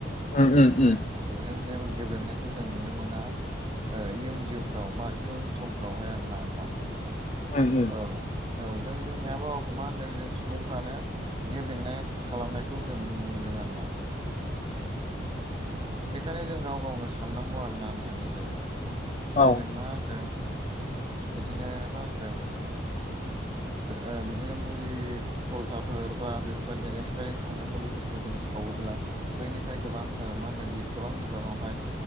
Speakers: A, on the left; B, on the right.
A: ओमहो ओ
B: जों जेबो गेब्रेंनायखौ जों नुनो मोना ओ इयुन जिउफ्राव बा इयुन समफ्रावहा आरो ना नोंथां
A: उम उम
B: औ औ जों जोंनि आबहावाखौ मा होनदों जों सुबुंफ्रानो गेब्रेंनाय खालामनायखौ जोंङो नुनो मोनदों आरोना बेखायनो जों गाव गावनो साननांगौ आरोना नोंथां एसे जोंजों
A: औ
B: मा होनदों बिदिनो मा होनदों ओ बिदिनो मुलि खलथाफोर बा बेफोरबायदि एक्सपायेरिं थांनाय मुलिफोरखौ जों सावोब्ला बैनिफ्राय गोबां मा होनो गोबां बिबाङावहाय